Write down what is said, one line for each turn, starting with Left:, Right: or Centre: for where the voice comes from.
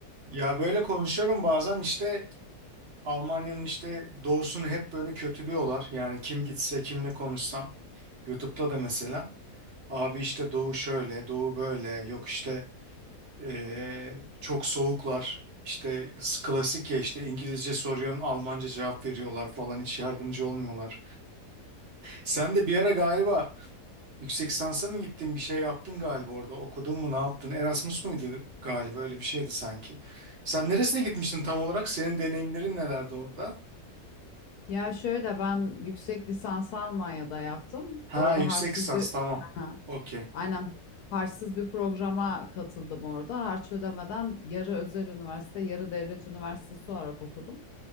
Right: Ya böyle konuşuyorum bazen işte Almanya'nın işte doğusunu hep böyle kötülüyorlar. Yani kim gitse kimle konuşsam YouTube'da da mesela abi işte doğu şöyle doğu böyle yok işte eee, çok soğuklar işte klasik ya işte İngilizce soruyorsun Almanca cevap veriyorlar falan hiç yardımcı olmuyorlar. Sen de bir ara galiba Yüksek lisansa mı gittin bir şey yaptın galiba orada okudun mu ne yaptın Erasmus muydu galiba öyle bir şeydi sanki. Sen neresine gitmiştin tam olarak senin deneyimlerin nelerdi orada?
Left: Ya şöyle ben yüksek lisansı Almanya'da yaptım.
Right: Ha
Left: Orada
Right: yüksek
Left: harçsız
Right: lisans
Left: bir
Right: tamam
Left: Aha,
Right: okey.
Left: aynen harçsız bir programa katıldım orada. Harç ödemeden yarı özel üniversite, yarı devlet üniversitesi olarak okudum.